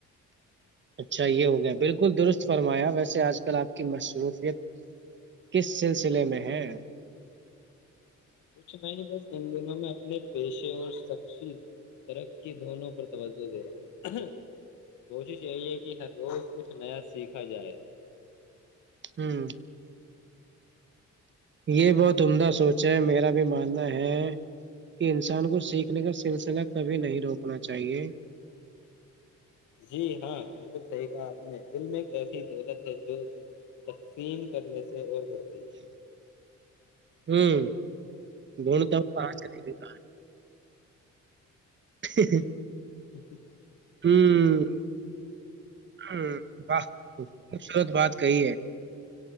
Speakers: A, on the right; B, on the left.
A: اچھا یہ ہو گیا بالکل درست فرمایا ویسے آج کل آپ کی مصروفیت کس سلسلے میں ہے
B: کچھ نہیں بس ان دنوں میں اپنے پیشے اور سخشی ترقی دونوں پر توجہ دے رہا ہوں کوشش یہی ہے کہ ہر روز کچھ نیا سیکھا جائے
A: ہوں یہ بہت عمدہ سوچ ہے میرا بھی ماننا ہے کہ انسان کو سیکھنے کا سلسلہ کبھی نہیں روکنا چاہیے
B: جی ہاں بالکل صحیح کہا آپ نے علم ایک ایسی دولت ہے جو تقسیم کرنے سے اور بڑھتی ہے
A: ہوں د د پچتی ت ہٹ <inaudible>
B: <inaudible>
A: ہوں ہاں واہ <unintelligible> خوبصورت بات کہی ہے